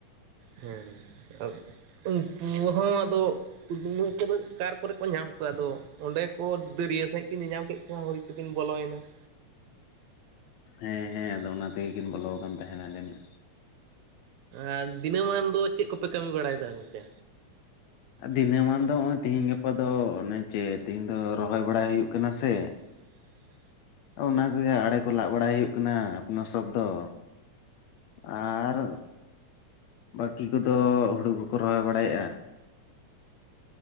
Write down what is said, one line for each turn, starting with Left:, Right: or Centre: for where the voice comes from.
Right: ᱦᱮᱸ ᱟᱨ ᱩᱱᱠᱩ ᱦᱚᱸ ᱟᱫᱚᱼᱼ ᱩᱫᱢᱟᱹ ᱛᱮ ᱫᱚ ᱚᱠᱟᱨ ᱠᱚᱨᱮ ᱠᱚ ᱧᱟᱢ ᱠᱚᱣᱟ ᱟᱫᱚ ᱚᱸᱰᱮ ᱠᱚ ᱫᱟᱹᱨᱭᱟᱹ ᱥᱟᱺᱦᱤᱡ ᱠᱤᱱ ᱧᱮᱧᱟᱢ ᱠᱮᱜ ᱠᱚᱣᱟ ᱦᱳᱭ ᱛᱚ ᱠᱤᱱ ᱵᱚᱞᱚᱭᱱᱟ ᱾
Left: ᱦᱮᱸ ᱦᱮᱸ ᱟᱫᱚ ᱚᱱᱟ ᱛᱮᱜᱮ ᱠᱤᱱ ᱵᱚᱞᱚ ᱠᱟᱱ ᱛᱟᱸᱦᱮᱱᱟ ᱡᱟᱹᱱᱤᱡ ᱾
Right: ᱟᱨ ᱫᱤᱱᱟᱹᱢᱟᱱ ᱫᱚ ᱪᱮᱜ ᱠᱚᱯᱮ ᱠᱟᱹᱢᱤ ᱵᱟᱲᱟᱭ ᱮᱫᱟ ᱜᱚᱝᱠᱮ?
Left: ᱫᱤᱱᱟᱹᱢᱟᱱ ᱫᱚ ᱱᱚᱜᱼᱚᱭ ᱛᱤᱦᱤᱧ ᱜᱟᱯᱟ ᱫᱚ ᱚᱱᱮ ᱪᱮᱫ ᱛᱤᱦᱤᱧ ᱫᱚ ᱨᱚᱦᱚᱭ ᱵᱟᱲᱟᱭ ᱦᱩᱭᱩᱜ ᱠᱟᱱᱟ ᱥᱮ ᱾
Right: <inaudible>
Left: ᱚᱱᱟ ᱠᱚᱜᱮ ᱟᱲᱮ ᱠᱚ ᱞᱟᱜ ᱵᱟᱲᱟᱭ ᱦᱩᱭᱩᱜ ᱠᱟᱱᱟ ᱟᱯᱱᱟᱨ ᱥᱳᱵ ᱫᱚ ᱾ ᱟᱨ ᱵᱟᱠᱤ ᱠᱚ ᱫᱚ ᱦᱩᱲᱩ ᱠᱚᱠᱚ ᱨᱚᱦᱚᱭ ᱵᱟᱲᱟᱭᱮᱜᱼᱟ ᱾